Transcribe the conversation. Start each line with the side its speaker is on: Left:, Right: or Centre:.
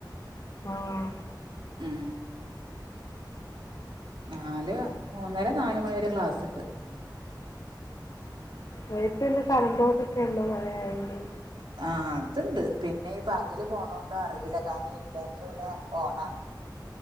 Left: ആഹ്
Right: ഉം. നാല് മൂന്നര നാല് മണിരെ ക്ലാസ്സ്ണ്ട്.
Left: മഴത്തന്നെ കറൻ്റ് പോക്ക് ഒക്കെ ഉണ്ടോ മഴ ആയോണ്ട്?
Right: ആഹ് അതുണ്ട് പിന്നെ ഈ പകല് പോണോണ്ട് അറിയില്ല കാരണം ഇൻവേർട്ടർ ഇവിടെ ഓണാണ്.